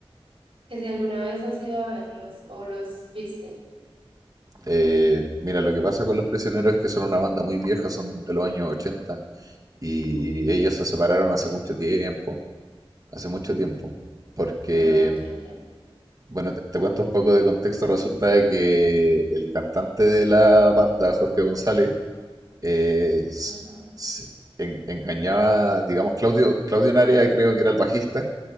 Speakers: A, on the right; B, on the right.
A: Que si alguna vez has ido a verlos o los viste.
B: Eh, mira, lo que pasa con Los Prisioneros es que son una banda muy vieja, son de los años 80 y ellos se separaron hace mucho tiempo, hace mucho tiempo, porque
A: Ah, ya, ya.
B: Bueno, te, te cuento un poco de contexto. Resulta de que el cantante de la banda, Jorge González, eh, s-
A: Ajá.
B: s- en- engañaba, digamos, Claudio, Claudio Narea, creo que era el bajista.